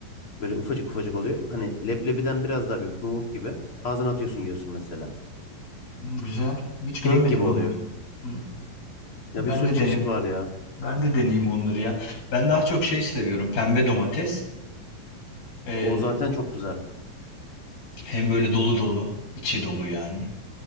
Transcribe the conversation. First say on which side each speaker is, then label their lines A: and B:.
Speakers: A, on the left; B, on the left.
A: Böyle ufacık ufacık oluyor. Hani leblebiden biraz daha büyük nohut gibi. Ağzına atıyorsun yiyorsun mesela.
B: Hı, güzel. Hiç
A: Çilek
B: görmedim
A: gibi oluyor.
B: onları. Hı,
A: Ya
B: ben
A: bir sürü
B: de
A: çeşit
B: dene,
A: var ya.
B: ben de deneyeyim onları ya. Ben daha çok şey seviyorum. Pembe domates. Ee,
A: O zaten çok güzel.
B: hem böyle dolu dolu, içi dolu yani.